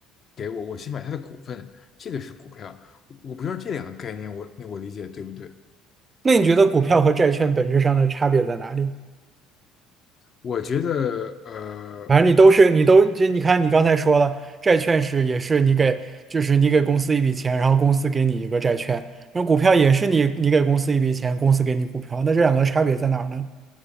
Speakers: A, on the left; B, on the right.
A: 给我，我去买他的股份，这个是股票。我不知道这两个概念我那我理解对不对？
B: 那你觉得股票和债券本质上的差别在哪里？
A: 我觉得，呃，
B: 反正你都是你都就你看你刚才说了，债券是也是你给就是你给公司一笔钱，然后公司给你一个债券，那股票也是你你给公司一笔钱，公司给你股票，那这两个差别在哪儿呢？